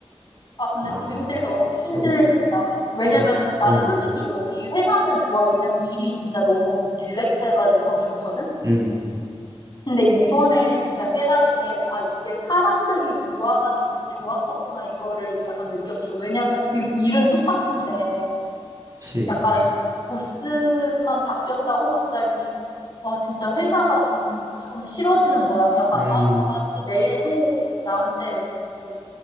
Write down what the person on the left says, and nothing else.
아, 근데
좀 힘들더라. 힘들다.
왜냐면은
나는
솔직히 여기 회사는 좋아. 왜냐면 일이 진짜 너무 릴렉스해가지고 그건 좋거든?
근데 이번에 진짜 깨달은 게, 아, 이게 사람들이 좋아가지고 좋았었구나, 이거를 약간 느꼈어. 왜냐면 지금 일은 똑같은데,
약간 보스만 바뀌었다고 갑자기 와 진짜 회사가 좀 좀 싫어지는 거야. 약간
아씨 아씨 내일 또 나한테 뭐,